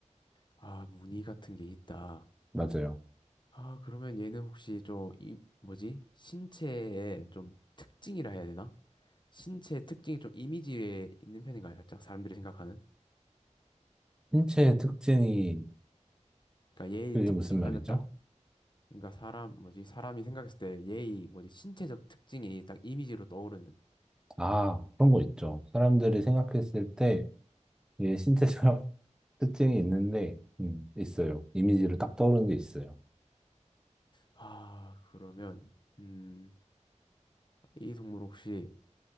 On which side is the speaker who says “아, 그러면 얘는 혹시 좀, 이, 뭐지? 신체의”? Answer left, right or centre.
Left